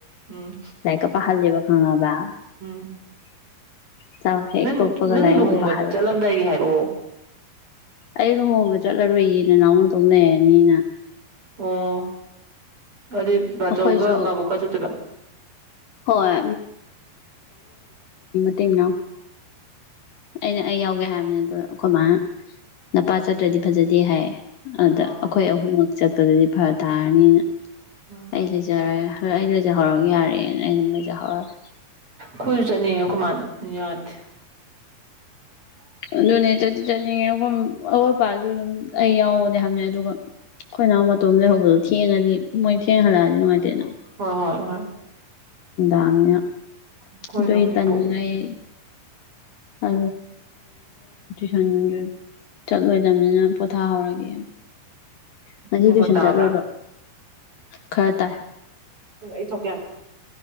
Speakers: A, on the right (about 35°); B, on the left (about 65°).
A: ꯎꯝ
B: ꯇꯥꯏꯀꯣ ꯄꯍꯔꯗꯕ ꯈꯥꯉꯕ
A: <unintelligible>
B: ꯆ ꯍꯦ
A: ꯅꯪ
B: ꯇꯣꯞꯄꯒ
A: ꯅꯪ
B: ꯂꯍꯔꯦ
A: ꯂꯨꯍꯣꯡꯕ ꯆꯠꯂꯝꯗꯥꯏꯒꯤ ꯍꯥꯏꯔꯛꯑꯣ
B: ꯑꯩ ꯂꯨꯍꯣꯡꯕ ꯆꯠꯂꯔꯨꯏꯌꯦꯅ ꯅꯅꯥꯎꯅ ꯇꯣꯝ ꯂꯩꯅꯤꯅ
A: ꯑꯣ ꯑꯗꯨꯗꯤ ꯚ
B: ꯑꯩꯈꯣꯏꯁꯨ
A: ꯆꯧꯒ ꯃꯥꯕꯨꯣꯛꯀ ꯆꯠꯇꯦꯕ
B: ꯍꯣꯏ ꯠꯇꯦꯡꯅ ꯑꯩꯅ ꯑꯩ ꯌꯥꯎꯒꯦ ꯍꯥꯏꯕꯅꯦ ꯑꯗꯣ ꯑꯩꯈꯣꯏ ꯃꯥꯅ ꯅꯄꯥ ꯆꯠꯇ꯭ꯔꯗꯤ ꯐꯖꯗꯦ ꯍꯥꯏ ꯑꯗ
A: ꯑꯥ
B: ꯑꯩꯈꯣꯏ ꯑꯍꯨꯝꯃꯛ ꯆꯠꯄꯗꯗꯤ ꯐꯔ ꯇꯥꯔꯅꯤꯅ
A: ꯎꯝ
B: ꯑꯩ ꯂꯩꯖꯔꯦ ꯍꯣꯏ ꯑꯩ ꯂꯩꯖꯍꯧꯔꯒ ꯌꯥꯔꯦꯅ ꯑꯩ ꯑꯗꯨꯝ ꯂꯩꯖꯍꯧꯔꯦ
A: ꯈꯖꯅꯤ ꯑꯣꯃꯥꯟ ꯌꯥꯗ <unintelligible>
B: ꯑꯗꯨꯅꯦ ꯆꯠꯗꯤ ꯆꯠꯅꯤꯡꯉꯦ ꯑꯩꯣꯏ ꯑꯋꯥꯣꯠ ꯑꯄꯥꯁꯨ ꯑꯗꯨꯝ ꯑꯩ ꯌꯥꯎꯑꯣꯅꯦ ꯍꯝꯅ ꯑꯗꯨꯒ ꯑꯩꯈꯣꯏ ꯅꯅꯥꯍꯎ ꯃꯇꯣꯝ ꯂꯩꯍꯧꯕꯗꯣ ꯊꯦꯡꯉꯗꯤ ꯃꯣꯏ ꯊꯦꯡ ꯍꯜꯂꯛꯑꯗꯤ ꯅꯨꯡꯉꯥꯏꯇꯦꯅ
A: ꯍꯣꯏ ꯍꯣꯏ ꯍꯣꯏ
B: ꯑꯦꯅꯤꯅ
A: ꯑꯩꯈꯣꯏ
B: ꯑꯗꯣ
A: ꯅꯨꯡ ꯏꯕꯣꯛ
B: ꯇꯅꯤꯡ ꯑꯩ ꯑ ꯁꯟ ꯆꯠꯂꯣꯏꯗꯅꯤꯅ ꯄꯣꯊꯥꯍꯧꯔꯒꯦ ꯉ
A: ꯃꯈꯣꯟ
B: ꯇꯨꯏꯁꯟ
A: ꯇꯥꯕ꯭ꯔꯥ
B: ꯆꯠꯂꯣꯏꯕ ꯈꯔ ꯇꯥꯏ
A: ꯏꯊꯣ ꯀꯌꯥꯀ